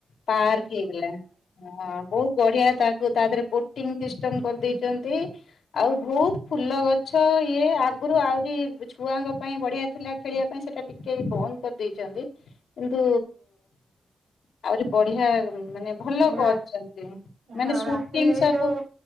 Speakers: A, on the left (about 85°); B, on the right (about 65°).
A: ପାର୍କ ହେଇଗଲାଣି ହ ବହୁତ ବଢିଆ ତାକୁ ତା ଦେହରେ ବୋଟି ଙ୍ଗ ସିଷ୍ଟମ କରିଦେଇଛନ୍ତି ଆଉ ବହୁତ ଫୁଲ ଗ ଗଛ ଇଏ ଆଗରୁ ଆହୁରି ଛୁଆଙ୍କ ପାଇଁ ବଢିଆ ଥିଲା କି ଖେଳିବା ପାଇଁ ସେଟା ଟିକେ ବନ୍ଦ କରିଦେଇଛନ୍ତି କିନ୍ତୁ ଆହୁରି ବଢିଆ ମାନେ ଭଲ
B: ରା
A: କରଚନ୍ତି ମାନେ
B: ହଁ
A: ସୁଟିଂ
B: ରାତିରେ ଏଇ
A: ସବୁ
B: ଯୋଉ